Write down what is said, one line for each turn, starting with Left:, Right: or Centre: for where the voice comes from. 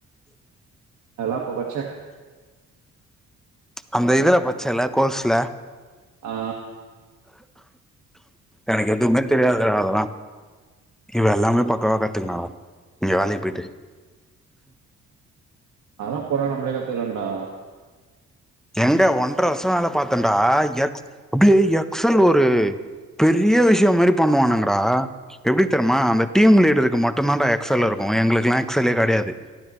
Right: அதெல்லா போ பச்சே
Centre: அந்த இதுல பட்ச்சேல்ல கோர்ஸ்ல
Right: ஆ
Centre: எனக்கு எதுவுமே தெரியாது அதெல்லா இவ எல்லாமே பக்கவா கத்துங்கனா இங்க வேலைக்கி போயிட்டு
Right: அதெல்லா போனா நம்மளே கத்துக்கலான்டா
Centre: எங்க ஒன்ற வருஷோ வேல பாத்தேன்டா எக்ஸ் அப்டியே எக்ஸன் ஒரு பெரிய விஷ்யோ மாதிரி பண்ணுவானுங்கடா எப்பிடித்தெருமா அந்த டீம் லீடருக்கு மட்டு தான்டா எக்ஸல் இருக்கு எங்களுக்கெல்லா எக்ஸல்லே கெடையாது